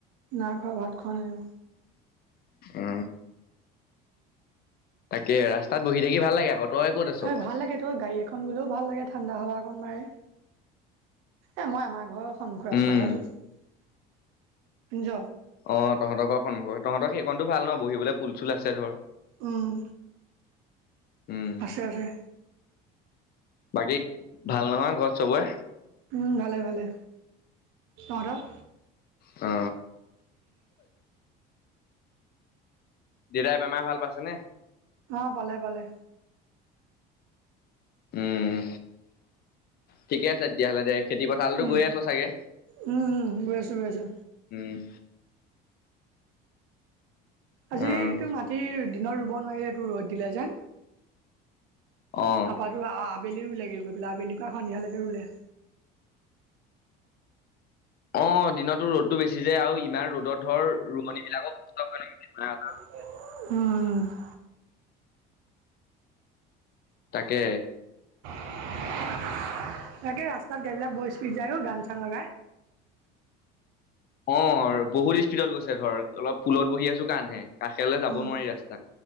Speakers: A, on the right (about 75°); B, on the left (about 50°).
A: নাই খোৱা ভাত খোৱা নাই অ
B: উম তাকে ৰাস্তাত বহি থাকি ভাল লাগে আকৌ। তই ক'ত আছ
A: এ ভাল লাগে তো গাড়ী খন গ'লেও ভাল লাগে ঠাণ্ডা হাৱা অকন মাৰে এ মই আমাৰ ঘৰৰ সন্মুখৰ ৰাস্তাতে
B: উম
A: আছো শুনিছ।
B: অ তহঁতৰ ঘৰৰ সন্মুখত তহতৰ সেইকণো ভাল ন বহিবলৈ পুল চুল আছে ধৰ।
A: উম
B: উম
A: আছে আছে
B: বাকী ভাল নহয় ঘৰত চবৰে?
A: উম ভালে ভালে। তহঁতৰ?
B: অ দেতাই বেমাৰ ভাল পাইছে নে?
A: অ পালে পালে।
B: উম ঠিকে আছে তেতিয়াহ'লে দে। খেতি পথাৰতো
A: উম
B: গৈয়ে আছ চাগে
A: উম উম গৈ আছো গৈ আছো।
B: উম
A: আজিটো
B: উম
A: মাটি দিনত ৰুব নোৱাৰিলে টো ৰ'দ দিলে যে।
B: অ
A: তাৰপা টো আ আবেলি ৰুলেগৈ আবেলি পৰা সন্ধিয়ালৈ ৰুলে।
B: অ দিনতো ৰ'দটো বেছি যায় আৰু ইমান ৰ'দত ধৰ ৰোৱনী বিলাকক অসুস্থ কৰে <inaudible> কিবা এটা
A: উম উম।
B: তাকে।
A: তাকে ৰাস্তাত গাড়ীবিলাক বৰ স্পীড যায় ও গান চান লগাই।
B: অ বহুত স্পীডত গৈছে ধৰ অলপ পুলত বহি আছো কাৰণেহে কাষেলৈ যাব
A: উম
B: নোৱাৰি ৰাস্তা।